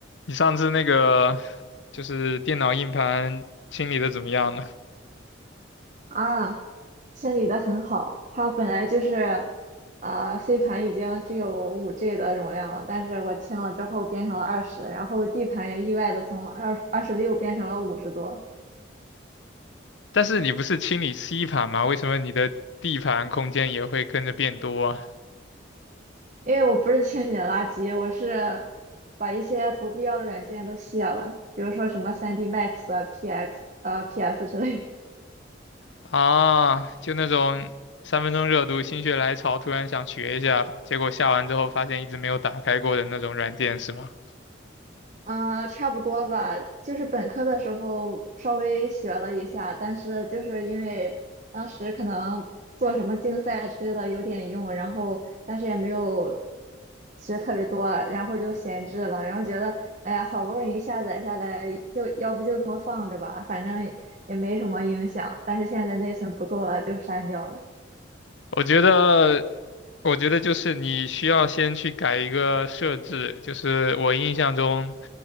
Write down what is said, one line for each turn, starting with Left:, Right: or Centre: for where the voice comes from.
Left: 你上次那个就是电脑硬盘清理的怎么样了？
Right: 啊，清理的很好。它本来就是，呃，C 盘已经只有五 G 的容量了，但是我清了之后变成了二十，然后 D 盘也意外的从二二十六变成了五十多。
Left: <laughs> 但是你不是清理 C 盘吗？为什么你的 D 盘空间也会跟着变多啊？
Right: 因为我不是清理了垃圾，我是把一些不必要的软件都卸了，比如说什么 3D Max 啊、PX 呃 PS 之类的。
Left: 啊，就那种三分钟热度、心血来潮，突然想学一下，结果下完之后发现一直没有打开过的那种软件是吗？
Right: 嗯，呃差不多吧，就是本科的时候稍微学了一下，但是就是因为当时可能做什么竞赛之类的有点用，然后但是也没有学特别多，然后就闲置了，然后觉得哎呀，好不容易下载下来，就要不就这么放着吧，反正也没什么影响，但是现在内存不够了，就删掉了。
Left: 我觉得，我觉得就是你需要先去改一个设置，就是我印象中，